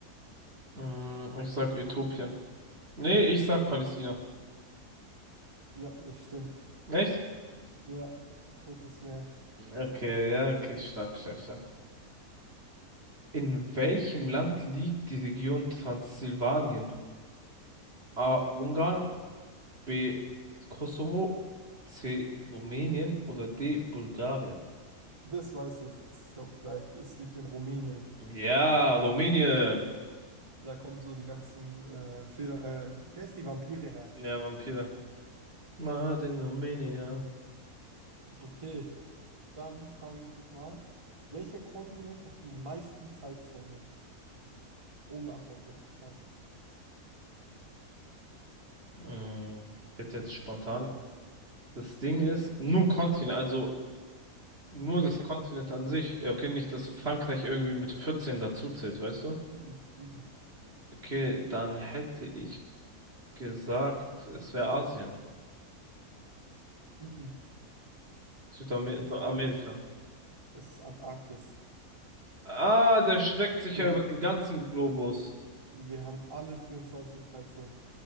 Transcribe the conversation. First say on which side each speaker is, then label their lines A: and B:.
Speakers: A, on the right (about 45°); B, on the right (about 20°).
A: Mm, ich sag Äthiopien. Nee, ich sag Palästina.
B: Ja, das stimmt.
A: Echt?
B: Ja, Totes Meer.
A: Okay, ja, okay, stark, stark, stark. In welchem Land liegt die Region Transsilvanien? A. Ungarn, B. Kosovo, C. Rumänien oder D. Bulgarien?
B: Das weiß ich. Das ist, glaube ich, leicht. Es liegt in Rumänien.
A: Ja, Rumänien.
B: Da kommen so die ganzen äh, Feder, äh, wie heißen die Vampire her?
A: Ja, Vampire. Mad in Romania.
B: Okay, dann frage ich dich mal, welcher Kontinent hat die meisten Zeitzonen? Ohne Antwortmöglichkeiten.
A: Mm, Jetzt jetzt spontan. Das Ding ist, nur Kontinent, also nur
B: Welcher
A: das Kontinent
B: Kontinent?
A: an sich. Ja, Okay, nicht, dass Frankreich irgendwie mit 14 dazuzählt, weißt du?
B: Mm-mm, mm-mm,
A: Okay, dann hätte ich gesagt, es wäre Asien.
B: mm-mm.
A: Südamerika.
B: Das ist falsch. Es ist Antarktis.
A: Ah, der streckt sich
B: Ja,
A: ja über den ganzen Globus.
B: wir haben alle 24 Zeitzonen.